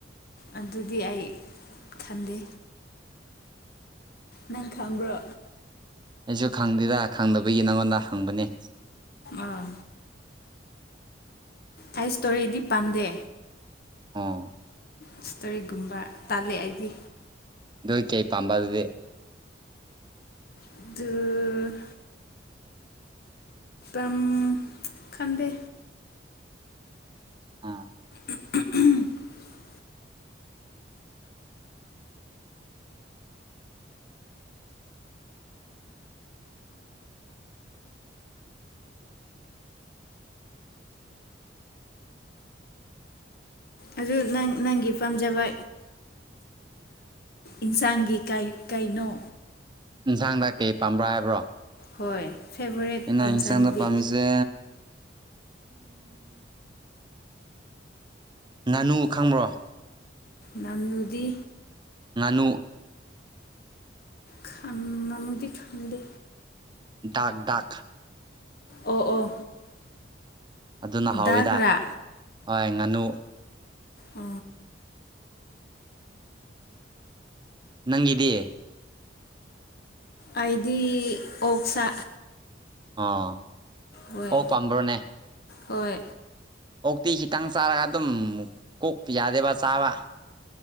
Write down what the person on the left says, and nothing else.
ꯑꯗꯨꯗꯤ ꯑꯩ ꯈꯟꯗꯦ ꯅꯪ ꯈꯕ꯭ꯔꯣ
ꯑꯥ ꯑꯩ ꯏꯁꯇꯣꯔꯤꯗꯤ ꯄꯥꯝꯗꯦ
ꯏꯁꯇꯣꯔꯤꯒꯨꯝꯕ ꯇꯥꯜꯂꯦ ꯑꯩꯗꯤ
ꯑꯗꯨꯒ ꯑꯝ ꯈꯟꯗꯦ
<unintelligible> ꯑꯗꯨ ꯅꯪ ꯅꯪꯒꯤ ꯄꯥꯝꯖꯕ ꯏꯟꯁꯥꯡꯒꯤ ꯀꯩꯅꯣ
ꯍꯣꯏ ꯐꯦꯚꯣꯔꯥꯏꯠ
ꯏꯟꯁꯥꯡꯗꯤ
ꯅꯝꯅꯨꯗꯤ
ꯈꯥꯟ ꯃꯅꯨꯗꯤ ꯈꯥꯟꯗꯦ
ꯑꯣ ꯑꯣ
ꯗꯥꯒ꯭ꯔꯥ
ꯎ
ꯑꯩꯗꯤ ꯑꯣꯛꯁꯥ
ꯍꯣꯏ
ꯍꯣꯏ